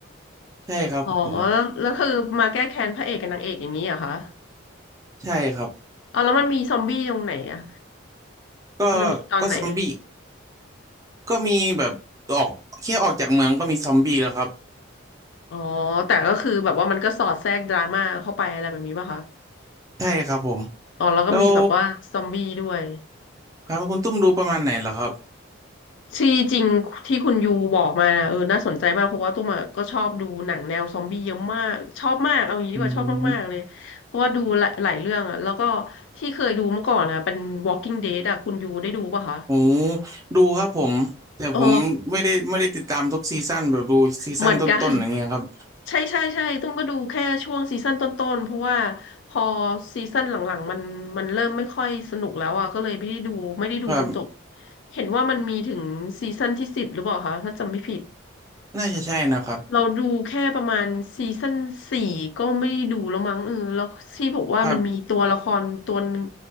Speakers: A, on the right; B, on the left.
A: ใช่ครับผม
B: อ๋อแล้วแล้วคือมาแก้แค้นพระเอกกับนางเอกอย่างนี้เหรอคะ
A: ใช่ครับ
B: อ๋อแล้วมันมีซอมบี้ตรงไหนอ่ะ
A: ก็
B: แล้วมันมีตอนไหนเอ่ย
A: ก็ซอมบี้ก็มีแบบออกแค่ออกจากเมืองก็มีซอมบี้แล้วครับ
B: อ๋อแต่ก็คือแบบว่ามันก็สอดแทรกดราม่าเข้าไปอะไรแบบนี้ป่ะคะ
A: ใช่ครับผม
B: อ๋อแล้วก็มีแบบว่าซอมบี้ด้วย
A: แล้วครับคุณตุ้มดูประมาณไหนเหรอครับ
B: ที่จริงที่คุณยูบอกมาเออน่าสนใจมากเพราะว่าตุ้มอะก็ชอบดูหนังแนวซอมบี้เยอะมากชอบมากเอางี้ดีกว่าชอบมากๆเลยเพราะว่าดูหลายหลายเรื่องอะแล้วก็
A: อืม
B: ที่เคยดูเมื่อก่อนนะเป็น Walking Dead อะคุณยูได้ดูป่ะคะ
A: โอ้ดูครับผมแต่ผมไม่ได้ไม่ได้ติดตามทุกซีซั่นแบบดูซีซั่นต้นๆอย่างเงี้ยครับ
B: เออเหมือนกัน <laughs> ใช่ใช่ใช่ตุ้มก็ดูแค่ช่วงซีซั่นต้นๆเพราะว่าพอซีซั่นหลังๆมันมันเริ่มไม่ค่อยสนุกแล้วอ่ะก็เลยไม่ได้ดูไม่ได้ดูจนจบ
A: แบบ
B: เห็นว่ามันมีถึงซีซั่นที่สิบหรือเปล่าคะถ้าจำไม่ผิด
A: น่าจะใช่นะครับ
B: เราดูแค่ประมาณซีซั่นสี่ก็ไม่ได้ดูแล้วมั้งเออแล้วที่บอกว่ามันมีตัวละครตัวหนึง
A: ครั